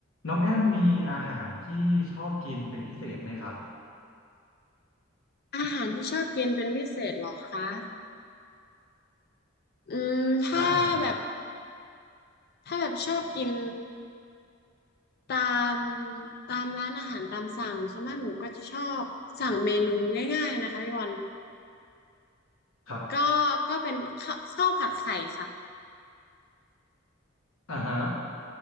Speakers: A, on the left; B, on the left.
A: น้องแอมมีอาหารที่ชอบกินเป็นพิเศษไหมครับ
B: อาหารที่ชอบกินเป็นพิเศษเหรอคะอืมถ้าแบบ
A: ใช่ครับ
B: ถ้าแบบชอบกินตามตามร้านอาหารตามสั่งส่วนมากหนูก็จะชอบสั่งเมนูง่ายๆนะคะพี่บอล
A: ครับ
B: ก็ก็เป็นข้าข้าวผัดไข่ค่ะ
A: อ่าฮะ